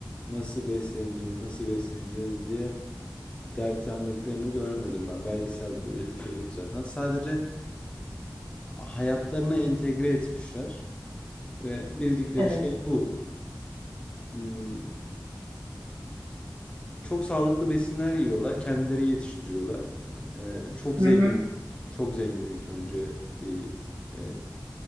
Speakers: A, on the left; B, on the right.
A: nasıl besleneceğiz, nasıl besleneceğiz diye dert yandıklarını görmedim ben. Belgeselde de öyle bir şey yok zaten. Sadece hayatlarına entegre etmişler ve bildikleri
B: Evet.
A: şey bu. Hmm, Çok sağlıklı besinler yiyorlar, kendileri yetiştiriyorlar. Ee, çok
B: Hı
A: zengin,
B: hı.
A: çok zengin ilk önce bir e,